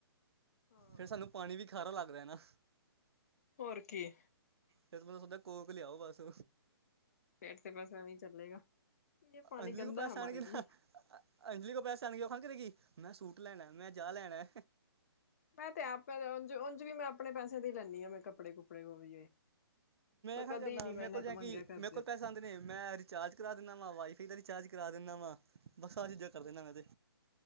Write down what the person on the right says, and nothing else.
ਫੇਰ ਸਾਨੂੰ ਪਾਣੀ ਵੀ ਖਾਰਾ ਲੱਗਦਾ ਨਾ,
ਫੇਰ ਮਤਲਬ ਸਦਾ ਕੋਕ ਲਿਆਓ ਬਸ,
ਅੰਜਲੀ
ਕੋਲ ਪੈਸੇ
ਆਣਗੇ
ਨਾ ਅੰਜਲੀ ਕੋਈ ਪੈਸਿਆਂ ਨੀ ਉਹ ਕਹੇਗੀ, ਮੈਂ ਸੂਟ ਲੈਣਾ ਮੈਂ ਆ ਲੈਣਾ।
ਕਿਹਾ
ਕਰਨਾ
ਮੇਰੇ
ਕੋਲ
ਜਾਂ
ਕਿ
ਮੇਰੇ ਕੋਲ ਪੈਸੇ ਆਉਂਦੇ ਨੇ ਮੈਂ ਰਿਚਾਰਜ ਕਰਾ ਦਿੰਦਾ, ਵਾ ਵਾਈਫਾਈ ਦਾ ਰਿਚਾਰਜ ਕਰਾ ਦਿੰਦਾ ਵਾ ਬਸ ਸਾਰ ਚੀਜ਼ਾਂ
ਕਰ ਦਿੰਦਾ ਮੈਂ ਤੇ,